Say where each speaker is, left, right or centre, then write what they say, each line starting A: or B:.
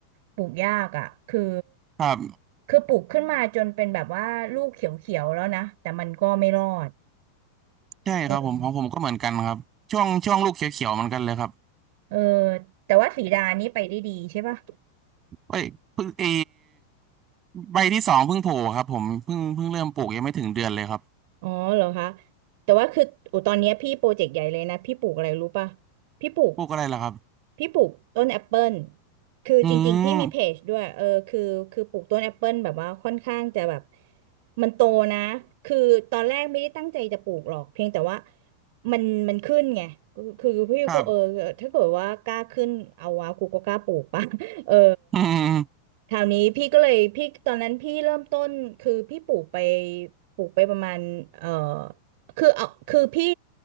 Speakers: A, on the right; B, on the right.
A: ปลูกยากอ่ะคือ
B: <laughs> ครับ
A: คือปลูกขึ้นมาจนเป็นแบบว่าลูกเขียวๆแล้วนะแต่มันก็ไม่รอด
B: ใช่ครับผมของผมก็เหมือนกันครับช่วงช่วงลูกเขียวๆเหมือนกันเลยครับ
A: เออเออแต่ว่าสีดานี่ไปได้ดีใช่ป่ะ
B: เอ้ยเพิ่งเอใบที่สองเพิ่งโผล่ครับผมเพิ่งเพิ่งเริ่มปลูกยังไม่ถึงเดือนเลยครับ
A: อ๋อเหรอคะแต่ว่าคือโอ้ตอนเนี้ยพี่โปรเจกต์ใหญ่เลยนะพี่ปลูกอะไรรู้ป่ะพี่ปลูก
B: ปลูกอะไรล่ะครับ
A: พี่ปลูกต้นแอปเปิลคือจริงๆพี่มีเพจด้วยเออคือคือปลูกต้นแอปเปิลแบบว่าค่อนข้างจะแบบ
B: อืม
A: มันโตนะคือตอนแรกไม่ได้ตั้งใจจะปลูกหรอกเพียงแต่ว่ามันมันขึ้นไงคือคือพี่ก็เออถ้าเกิดว่ากล้าขึ้นเอาวะกูก็กล้าปลูกป่ะ
B: ครับ
A: <laughs> เออ
B: อืม
A: คราวนี้พี่ก็เลยพี่ตอนนั้นพี่เริ่มต้นคือพี่ปลูกไปปลูกไปประมาณเอ่อ คือเอาคือพี่